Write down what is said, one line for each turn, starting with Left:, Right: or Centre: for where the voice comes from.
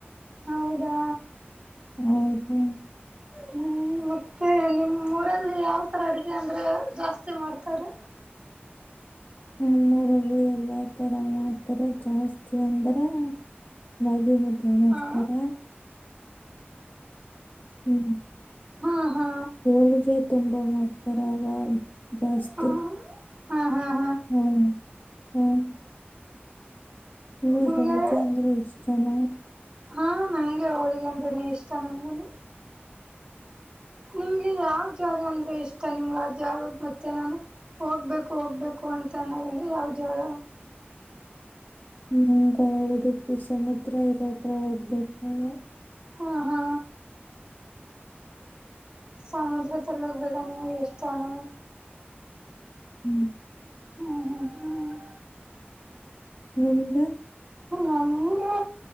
Right: ಹೌದಾ
Left: ಹ್ಮ ಹ್ಮ್
Right: ಹ್ಮ್ ಮತ್ತೆ ನಿಮ್ಮ ಊರಲ್ಲಿ ಯಾವಥರ ಅಡುಗೆ ಅಂದ್ರೆ ಜಾಸ್ತಿ ಮಾಡ್ತಾರೆ
Left: ನಮ್ಮರಲ್ಲಿ ಎಲ್ಲಾ ತರ ಮಾಡ್ತಾರ ಜಾಸ್ತಿ ಅಂದ್ರ ರಾಗಿ ಹದ್ದ ಮಾಡ್ತಾರ
Right: ಹಾ
Left: ಹ್ಮ್
Right: ಹಾ ಹಾ
Left: ಹೋಲಿಗೆ ತುಂಬಾ ಮಾಡ್ತಾರ ಜಾಸ್ತಿ
Right: ಹಾ ಹಾ ಹ್ಮ
Left: ಹ್ಮ್ ಹ್ಮ್ ಹ
Right: ನಿಮಗೆ
Left: ಕೌತ ಅಂದ್ರೆ ಇಷ್ಟನ
Right: ಹಾ ನಂಗೆ ಅವಳಿಗೆ ಅಂದ್ರೆನ ಇಷ್ಟ ನಮ್ಗುನು ನಿಮ್ಗೆ ಯಾವ್ ಜಾಗ ಅಂದ್ರೆ ಇಷ್ಟ ನಿಮ್ಗ ಆ ಜಾಗಾಗ ಮತ್ತೆ ನಾನು ಹೋಗ್ಬೇಕು ಹೋಗ್ಬೇಕು ಅಂತ ಅನ್ನೋದಂದ್ರೆ ಯಾವ ಜಾಗ
Left: ಹಂಗ ಉಡುಪಿ ಸಮುದ್ರ ಇರೋದ ಒಬ್ಬೇಕು ನಾವು
Right: ಹಾ ಹಾ ಸಮುದ್ರ ತಲ್ಲಕ್ ಬೇಕಂದಗೆ ಇಷ್ಟಾನ
Left: ಹ್ಮ್
Right: ಹ್ಮ್ ಹ್ಮ್ ಹ್ಮ್
Left: ನಿಮ್ದ
Right: ನಂಗೆ